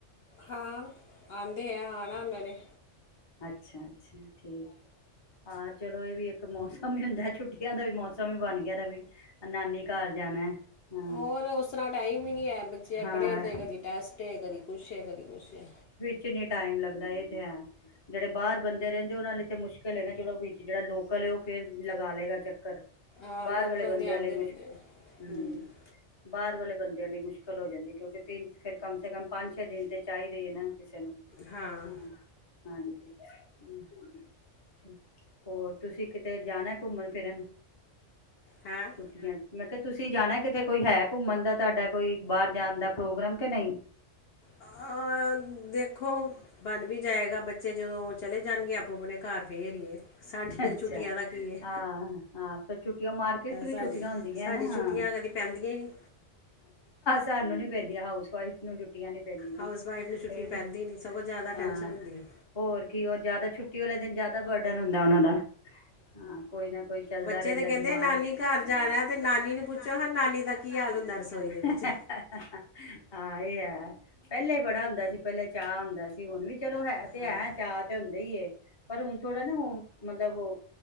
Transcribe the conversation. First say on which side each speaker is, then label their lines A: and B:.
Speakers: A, on the left (about 60°); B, on the left (about 25°).
A: ਹਾਂ ਆਉਂਦੇ ਐ ਆਣਾ ਊਨਾਨੇ
B: ਅੱਛਾ ਅੱਛਾ ਠੀਕ ਚਲੋ ਇਹ ਵੀ ਇੱਕ ਮੌਸਮ ਈ ਹੁੰਦਾ ਐ, ਛੁੱਟੀਆਂ ਦਾ ਵੀ ਮੌਸਮ ਹੀ ਬਣ ਗਿਆ ਦਾ ਬਈ ਨਾਨੀ ਘਰ ਜਾਣਾ। ਹਾਂ
A: ਔਰ ਉਸ ਤਰਾਂ ਟਾਈਮ ਹੀ ਨਹੀਂ ਹੈ, ਬੱਚੇ ਆਪਣੇ
B: ਹਾਂ
A: ਦੇ ਕਦੀ ਟੈਸਟ ਹ ਕਦੀ ਕੁਛ ਹ ਕਦੀ ਕੁਛ ਹ
B: ਕਿੰਨਨੇ ਟਾਈਮ ਲੱਗਦਾ ਇਹ ਤੇ ਹੈ ਜਿਹੜੇ ਬਾਹਰ ਬੰਦੇ ਰਹਿੰਦੇ ਉਹਨਾਂ ਲਈ ਤੇ ਮੁਸ਼ਕਿਲ ਏ ਨਾ ਚਲੋ ਵਿਚ ਜਿਹੜਾ ਲੋਕਲ ਉਹ ਫਿਰ ਲਗਾ ਲਏਗਾ ਚੱਕਰ
A: ਆ
B: ਬਾਹਰ
A: ਲੋਕਲ
B: ਵਾਲੇ ਬੰਦਿਆਂ
A: ਤੇ ਆਂਦੇ
B: ਲਈ
A: ਰਹਿੰਦੇ
B: ਮੁਸ਼ਕਿਲ
A: ਆ। ਹੂੰ
B: ਬਾਹਰ ਵਾਲੇ ਬੰਦਿਆਂ ਲਈ ਮੁਸ਼ਕਿਲ ਹੋ ਜਾਂਦੀ ਕਿਉਂਕਿ ਤੇ ਫਿਰ ਕੰਮ ਸੇ ਕੰਮ ਪੰਜ ਫਿਰ ਦਿਲ ਤੇ ਚਾਈਦੇ ਏ ਨਾ। <unintelligible> ਹਾਂਜੀ
A: ਹਾਂ
B: <inaudible> ਹੋਰ ਤੁਸੀਂ ਕਿਤੇ ਜਾਣਾ। ਘੁੰਮਣ ਫ਼ਿਰਨ
A: ਹੈ
B: <unintelligible> ਮੈਂ ਕਿਆ ਤੁਸੀਂ ਜਾਣਾ ਕਿਤੇ ਕੋਈ ਹੈ ਘੰਮਣ ਦਾ ਤੁਹਾਡਾ ਕੋਈ ਬਾਹਰ ਜਾਣ ਦਾ ਪ੍ਰੋਗਰਾਮ ਕਿ ਨਹੀਂ।
A: ਆਹ! ਦੇਖੋ, ਬਣ ਵੀ ਜਾਏਗਾ ਬੱਚੇ ਜਦੋਂ ਚਲੇ ਜਾਣਗੇ ਆਪੋ -ਆਪਣੇ ਘਰ ਫੇਰ ਹੀਏ, ਸਾਡੀਆਂ
B: ਅੱਛਾ
A: ਛੁੱਟੀਆਂ ਦਾ ਕੀ ਏ।
B: ਹਾਂ ਹਾਂ ਫਿਰ ਛੁੱਟੀਆਂ ਮਾਰਕੀਟ ਚ ਵੀ
A: ਸਾਡੀ,
B: ਛੁੱਟੀਆਂ ਹੁੰਦੀਆਂ
A: ਸਾਡੀ
B: ਨਾ ਹਾਂ
A: ਛੁੱਟੀਆਂ ਕਦੀ ਪੈਂਦੀਆਂ ਹੀ ਨਹੀਂ।
B: ਤੁਹਾਨੂੰ ਨੀ ਪੈਂਦੀਆਂ ਹਊਸ ਵਾਈਫ ਨੂੰ ਛੁੱਟੀਆਂ ਨੀ ਪੈਂਦੀਆਂ
A: ਹਾਊਸ ਵਾਈਫ ਨੂੰ ਛੁੱਟੀ
B: ਇਹ ਤੇ
A: ਪੈਂਦੀ ਨਹੀਂ ਸਗੋਂ ਜ਼ਿਆਦਾ ਟੈਂਸ਼ਨ
B: ਹਾਂ
A: ਹੁੰਦੀ ਹੈ
B: ਹੋਰ ਕੀ ਉਹ ਜ਼ਿਆਦਾ ਛੁੱਟੀ ਵਾਲੇ ਦਿਨ ਜ਼ਿਆਦਾ ਬਰਡਨ ਹੁੰਦਾ ਉਹਨਾਂ ਦਾ ਹਾਂ ਕੋਈ ਨਾ ਕੋਈ ਚੱਲਦਾ
A: ਬੱਚੇ
B: ਰਹਿੰਦਾ
A: ਤੇ ਕਹਿੰਦੇ
B: ਡਿਮਾਂਡ
A: ਨਾਨੀ
B: ਬੱਚੇ ਤੇ
A: ਘਰ
B: ਕਹਿੰਦੇ
A: ਜਾਣਾ
B: ਨਾਨੀ ਘਰ
A: ਤੇ
B: ਜਾਣਾ ਤੇ
A: ਪੁੱਛੋ
B: ਨਾਨੀ
A: ਹਾਂ
B: ਨੂੰ ਪੁੱਛਾਂ
A: ਦਾ
B: ਨਾਨੀ
A: ਹਾਲ ਹੁੰਦਾ
B: ਦਾ ਕੀ
A: ਰਸੋਈ
B: ਹਾਲ
A: ਦੇ ਵਿੱਚ
B: ਏ--ਹਾਂ ਇਹ ਹੈ ਪਹਿਲੇ ਬੜਾ ਹੁੰਦਾ ਸੀ ਪਹਿਲੇ ਚਾਹ ਹੁੰਦਾ ਸੀ ਹੁਣ ਵੀ ਚਲੋ ਹੈ ਤੇ
A: ਹਾਂ
B: ਹੈਂ ਚਾਅ ਤੇ ਹੁੰਦਾ ਹੀ ਏ, ਪਰ ਹੁਣ ਥੋੜਾ ਨਾ- ਹ- ਮਤਲਬ ਉਹ